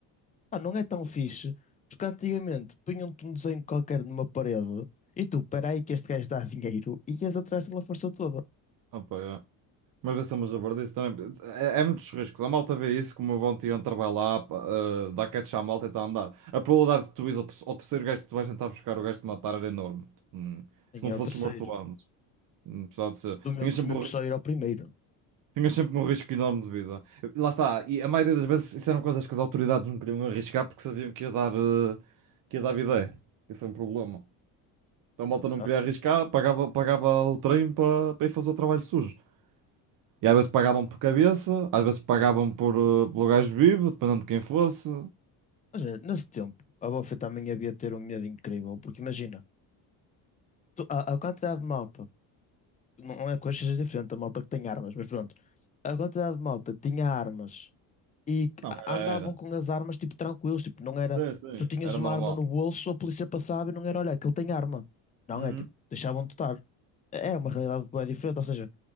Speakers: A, on the left; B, on the right.
A: Ah, não é tão fixe, porque antigamente punham-te um desenho qualquer numa parede e tu, peraí que este gajo dá dinheiro e ias atrás dele a força toda.
B: Opa, é. Mas vai ser uma jabardice também. É, é muitos riscos. A malta vê isso como o bom Hunter vai lá, pá, eh, dá catch à malta e está a andar. A probabilidade de tu ires ao, ter- ao terceiro gajo que tu vais tentar buscar o gajo de matar era enorme. Hum.
A: Nem
B: Se não
A: é
B: fosses
A: o terceiro.
B: morto antes.
A: Hum.
B: Hum, Apesar de ser.
A: Tu mesmo,
B: Tinhas sempre,
A: tu mesmo
B: um
A: só
B: ri-
A: ir ao primeiro.
B: tinhas sempre um risco enorme de vida. Lá está. E a maioria das vezes isso eram coisas que as autoridades não queriam arriscar porque sabiam que ia dar, eh, que ia dar bidé. Isso é um problema. Então a malta não
A: já.
B: queria arriscar, pagava, pagava o trem para para ir fazer o trabalho sujo. E às vezes pagavam por cabeça, às vezes pagavam por, eh, pelo gajo vivo, dependendo de quem fosse.
A: Mas eh, nesse tempo, a Buffy também havia de ter um medo incrível, porque imagina, tu- a, a quantidade de malta, não não é coisas diferentes, a malta que tem armas, mas pronto, a quantidade de malta que tinha armas e
B: Não, era,
A: andavam
B: era.
A: com as armas tipo tranquilos, tipo, não era,
B: Sim, sim,
A: tu tinhas
B: era
A: uma
B: normal.
A: arma no bolso, a polícia passava e não era, olha, que ele tem arma. Não,
B: Uhum.
A: é tipo, deixavam-te estar. É uma realidade bué diferente, ou seja,